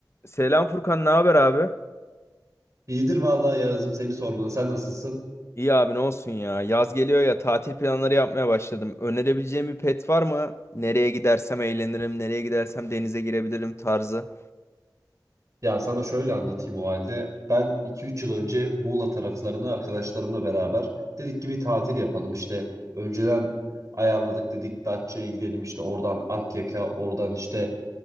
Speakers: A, on the left (about 35°); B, on the right (about 45°).
A: Selam Furkan, ne haber abi?
B: İyidir vallahi yazdım seni sormalı. Sen nasılsın?
A: İyi abi ne olsun ya. Yaz geliyor ya tatil planları yapmaya başladım. Önerebileceğim bir pet var mı? Nereye gidersem eğlenirim, nereye gidersem denize girebilirim tarzı.
B: Ya sana şöyle anlatayım o halde. Ben iki üç yıl önce Muğla taraflarına arkadaşlarımla beraber dedik ki bir tatil yapalım. İşte önceden ayarladık dedik Datça'ya gidelim işte oradan Akyaka, oradan işte